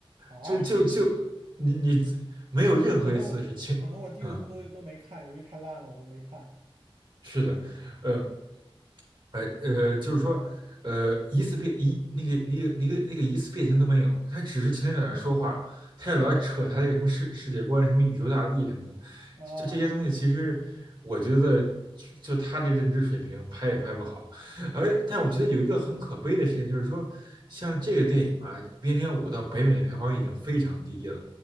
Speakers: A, on the right; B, on the right.
A: 啊，
B: 就就就你你没有任何一次是轻，
A: 可能我第可能我第五部都都没看，
B: 嗯，
A: 由于太烂了，我都没看
B: 是的。呃，呃呃，就是说，呃，一次变一那个那个那个那个一次变形都没有，他只是天天在那说话，他也老扯他那个什么世世界观、什么宇宙大帝什么的，
A: 啊。
B: 就这些东西，其实我觉得就就他的认知水平拍也拍不好，
A: 对，
B: 而但我觉得有一个很可悲的事情，
A: 是的，
B: 就是说，像这个电影啊，《边疆五》到北美的票房已经非常低了，